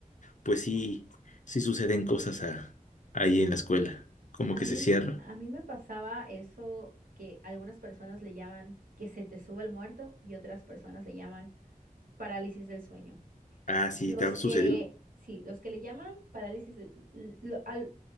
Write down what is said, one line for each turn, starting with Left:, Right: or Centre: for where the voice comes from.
Left: pues sí, sí suceden cosas a- ahí en la escuela. Como
Right: A
Left: que
Right: mí,
Left: se cierra.
Right: a mí me pasaba eso que algunas personas le llaman que se te sube el muerto y otras personas le llaman parálisis del sueño.
Left: Ah, sí,
Right: Los
Left: ¿te ha sucedido?
Right: que, sí, los que le llaman parálisis, del- l- lo- al,